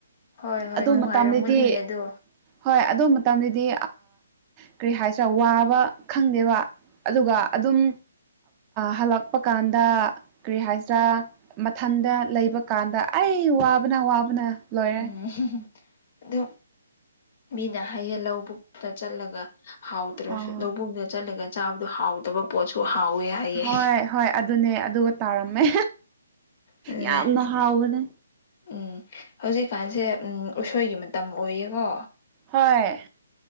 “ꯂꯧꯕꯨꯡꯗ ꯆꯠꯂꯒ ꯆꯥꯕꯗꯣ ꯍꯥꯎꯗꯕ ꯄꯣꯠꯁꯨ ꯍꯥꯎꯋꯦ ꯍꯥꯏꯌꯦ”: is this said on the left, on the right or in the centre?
Left